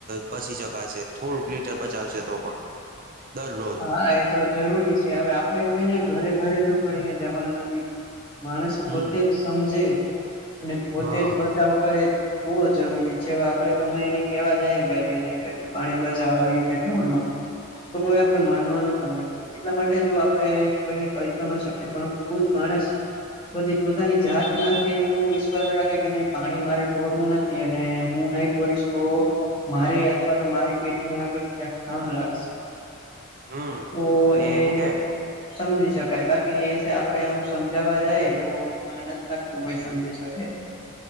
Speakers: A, on the right; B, on the left.
A: બચી શકાશે થોડુંક લીટર બચાવશે તો પણ, દરરોજ
B: હા એ તો જરૂરી છે હવે આપડે કોઈને ઘરે ઘરે તો કઈને જવાના નથી. માણસ પોતે
A: હમ
B: જ સમજે અને પોતે
A: હા
B: જ બચાવ કરે તું જરૂરી છે આપડે કમાઈ ને કેવા જાય ભાઈ કે નઈ ભઈ તું પાણી બચાવ આવી રીતે ટાઉનમાં તો કો આપડું માનવાનું તો નથી એટલા માટે જો આપડે કોઈને કહી તો ન શકીએ પણ ખુદ માણસ બધી પોતાની જાત ના એટલું વિશ્વાસ રાખે કે નહી પાણી મારે ઢોરવું નથી અને હું ન તો મારે અથવા તો મારી પેટીને આગળ ક્યાંક કામ લાગસે
A: હમ
B: તો
A: ને
B: એ
A: હું કે
B: સમજી શકાય બાકી એ છે આપડે આમ સમજાવા જઈએ તો મને નથી લાગતું કોઈ સમજી શકે